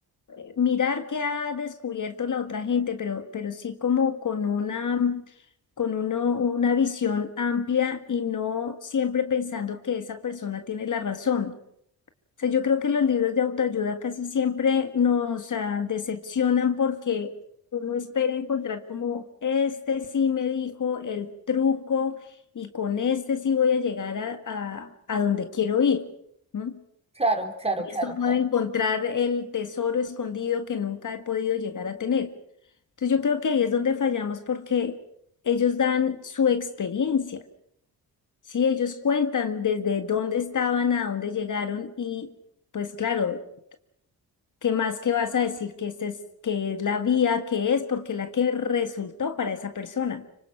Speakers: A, on the left; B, on the right.
A: eh, mirar qué ha descubierto la otra gente, pero, pero sí como con una, con uno, una visión amplia y no siempre pensando que esa persona tiene la razón. O sea, yo creo que los libros de autoayuda casi siempre nos ah, decepcionan porque uno espera encontrar como este sí me dijo el truco y con este sí voy a llegar a, a, a donde quiero ir. ¿no?
B: claro, claro,
A: Y
B: claro,
A: esto
B: claro,
A: puedo encontrar el tesoro escondido que nunca he podido llegar a tener. Entonces yo creo que ahí es donde fallamos porque ellos dan su experiencia, ¿sí? Ellos cuentan desde dónde estaban a dónde llegaron y pues claro, ¿qué más que vas a decir que esta es, que es la vía que es? Porque la que resultó para esa persona,